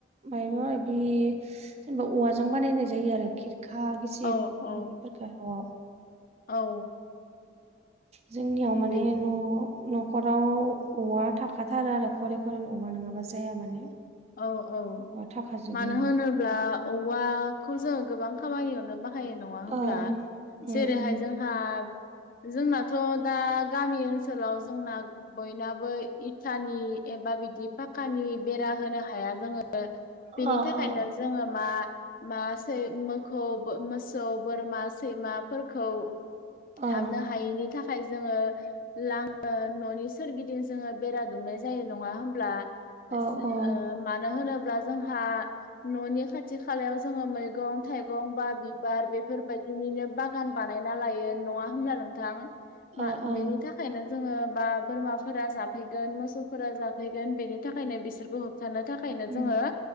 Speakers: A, on the right; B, on the left.
A: मायबा मायबि जेनेबा औवाजों बानायनाय जायो आरो खिरखा गिसिब
B: औ औ
A: बिदिफोरखो न'आव।
B: औ
A: जोंनियाव माने
B: बेनि
A: न' न'खराव औवा थाखाथारो आरो घरे घरे अवा नङाबा जाया माने।
B: औ औ
A: औवा थाखाजोबो
B: मानो होनोब्ला औवाखौ जोङो गोबां खामानियावनो बाहा हायो नङा होनब्ला
A: ओं ओं
B: जेरैहाय
A: ओं
B: जोंहा जोंनाथ' दा गामि ओनसोलाव जोंना बयनाबो इथानि एबा बिदि पाकानि बेरा होनो हाया जोङो बेनि
A: अ
B: थाखायनो
A: अ
B: जोङो मा मा सै मोखौबो मोसौ बोरमा सैमाफोरखौ
A: ओं
B: हाबनो हायैनि थाखाय जोङो लां ओ न'नि सोरगिदिं जोङो बेरा दुमनाय जायो नङा होमब्ला?
A: अ
B: जो
A: ओं
B: ओ मानो होनोब्ला जोंहा न'नि खाथि खालायाव जोङो मै गं थाइगं बा बिबार बेफोरबायदिनिनो बाग गान बानायना लायो नङा होनब्ला नोंथां मा
A: अ ओं
B: बेनि थाख खायनो जोङो बा बोरमाफोरा जाफैगोन मोसौफोरा जाफैगोन बेनि थाखायनो बिसोरखौ होब थानो थाखायनो
A: उम
B: जोङो